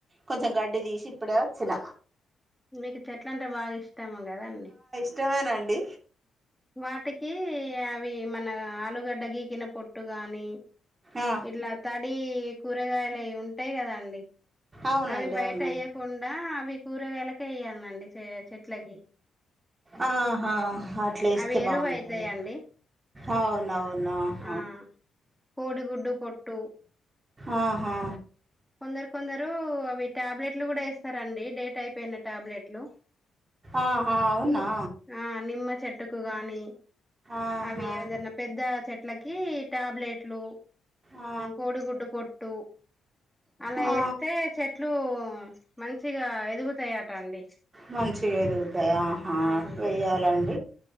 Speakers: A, on the right; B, in the centre.
A: కొంచెం గడ్డి తీసి ఇప్పుడే వచ్చిన
B: మీకు చెట్ల అంటే బాగా ఇష్టాము కద అంీ
A: ఇష్టమేనా అండి
B: వాటికి అవి మన ఆలుగడ్డ గీకిిన పొట్టు గాని
A: ఆ
B: ఇట్లా తడి కూరగాయలువి ఉంటాయి కదా అండి
A: అవునండి
B: అవి బయట
A: అవునండి
B: అయ్యకుండా అవి కూరగాయలకే వయ్యాలి అండి చె చెట్లకి
A: ఆహా అట్లా వేస్తే
B: అవి ఎరువు
A: బాగుంటుంది
B: అయితాయండి
A: అవునవునాహ
B: ఆ కోడిగుడ్డు పొట్టు
A: ఆహా
B: కొందరు కొందరు అవి టాబ్లెట్లు కూడా ఇస్తారంండి డేట్ అయిపోయినట్టు టాబ్లెట్లు
A: ఆహా అవునా
B: ఆ నిమ్మ చెట్టుకు గాని
A: ఆహా
B: అవి ఏదన్నా పెద్ద చెట్టు ఇట్లకి టాబ్లెట్లు
A: ఆ
B: కోడిగుడ్డు పొట్టు అలా
A: ఆ
B: వేస్తే చెట్లు మంచిగా ఎదుగుతాయట అండి
A: మంచివి ఎదుగుతాయి ఆహా
B: అవును
A: వెయ్యాలండి